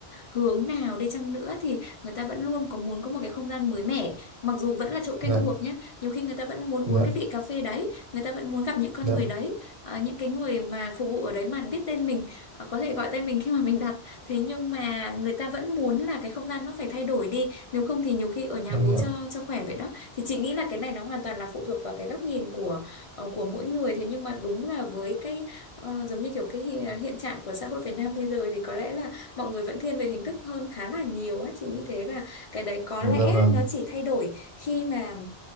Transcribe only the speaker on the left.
hướng nào đi chăng nữa thì người ta vẫn luôn có muốn có một cái không gian mới mẻ mặc dù vẫn là chỗ quen
thuộc nhé nhiều khi người ta vẫn muốn uống
cái vị cà phê đấy người ta vẫn muốn gặp những con
người đấy à, những cái người mà phục vụ ở đấy mà biết tên mình à, có thể gọi tên mình khi mà mình đặt thế nhưng mà người ta vẫn muốn là cái không gian nó phải thay đổi đi nếu không thì nhiều khi ở nhà
uống
cho cho khỏe vậy đó thì chị nghĩ là cái này nó hoàn toàn là phụ thuộc vào cái góc nhìn của ờ, của mỗi người thế nhưng mà đúng là với cái ờ, giống như kiểu cái hi- hiện trạng của xã hội Việt Nam bây giờ thì có lẽ là mọi người vẫn thiên về hình thức hơn khá là nhiều á chị nghĩ thế và cái đấy có
lẽ
nó chỉ thay đổi khi mà